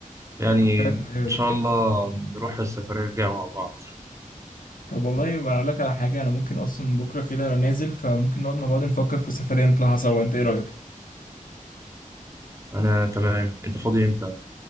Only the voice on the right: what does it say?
يعني
إن
شاء الله نروح السفرية الجاية مع بعض
أنا تمام أنت فاضي إمتى؟